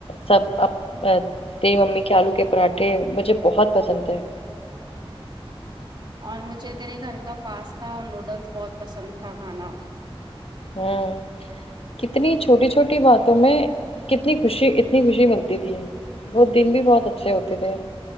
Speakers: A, on the left (about 75°); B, on the right (about 50°).
A: سب اپ ا تیری ممی کے آلو کے پراٹھے مجھے بہت پسند تھے
B: اور مجھے تیرے گھر کا پاستا اور نوڈلس بہت پسند تھا کھانا
A: ہوں کتنی چھوٹی چھوٹی باتوں میں کتنی خوشی اتنی خوشی ملتی تھی وہ دن بھی بہت اچھے ہوتے تھے